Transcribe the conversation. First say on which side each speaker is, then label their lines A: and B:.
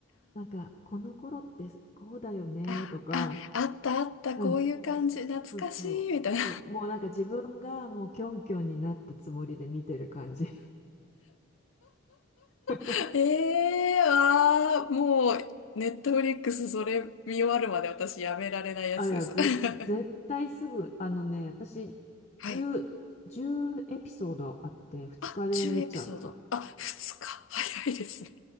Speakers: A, on the left; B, on the left.
A: なんか、この頃ってこうだよねとか、
B: ーあ、あ、あったあった、
A: うん
B: こういう感じ、懐かしい、
A: そうそう、
B: みたいな。
A: そう、もうなんか自分がもうキョンキョンになったつもりで見てる感じ。<laughs>
B: <laughs> ええああー、もう、ネットフリックスそれ見終わるまで私やめられないやつです。
A: あ、いや、ぜ、
B: <laughs>
A: 絶対すぐ、あのね、私、
B: はい。
A: 10、じゅうエピソードあって、2日で見ちゃった。
B: あ、10エピソード。あ、2日。早いですね。